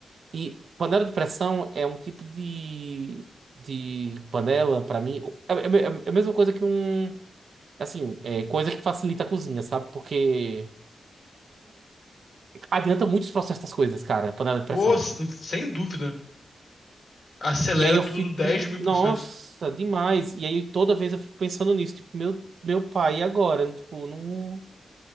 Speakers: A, on the right (about 70°); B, on the left (about 70°).
A: E panela de pressão é um tipo de, de panela, para mim, é, é- é é a mesma coisa que um. Assim, é coisa que facilita a cozinha, sabe? Porque adianta muito os processos das coisas, cara, panela de
B: Pô,
A: pressão.
B: s- sem dúvida. acelera
A: E aí eu
B: tudo
A: fico,
B: dez mil
A: nossa,
B: por cento.
A: demais. E aí toda vez eu fico pensando nisso, tipo, meu, meu pai, e agora? Tipo, não,